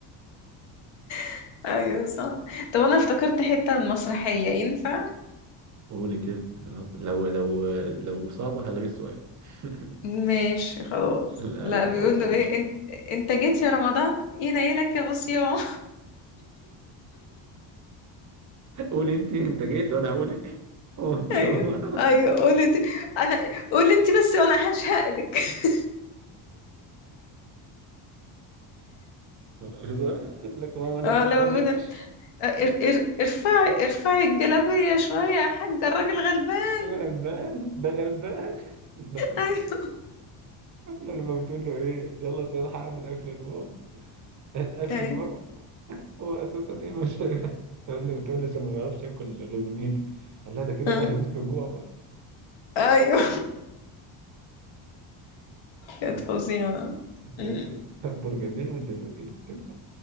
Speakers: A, on the left; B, on the right.
A: <laughs> ايوه صح طب انا افتكرت حتة من مسرحية ينفع
B: قولي كده يا رب لو لو لو صعبة هلغي السؤال <laughs>
A: ماشي خلاص
B: لا
A: لا
B: لا
A: بيقول
B: خلاص
A: له
B: قول
A: ايه
B: <laughs>
A: انت انت جيت يا رمضان ينيلك يا بصيام
B: قولي انت انت جيت وانا هقول ايه هو انت
A: <laughs> ايوه
B: <laughs>
A: ايوه قول انت انا قول انت بس وانا هشهقلك <laughs>
B: صح؟ لك ماما
A: اه
B: لبست
A: لما
B: خفافش
A: بيقول ار- ار- ارفعي ارفعي الجلابية شوية يا حاجة الراجل غلبان
B: أنا <laughs> غلبان ده غلبان <laughs>
A: ايوه
B: لما بتقول له ايه يلا عشان ألحق اعمل اكل لبابا <laughs> اكل
A: ايوه
B: لبابا هو اساسا ايه مش شايف اللي <laughs> بتقول لي عشان ما بيعرفش ياكل غير من ايدي قال لها ده كده
A: آه.
B: بقى هيموت من الجوع برضه
A: ايوه كانت
B: آه،
A: فظيعة
B: <laughs> بجد
A: أمم.
B: برجدين والدين والدين والدين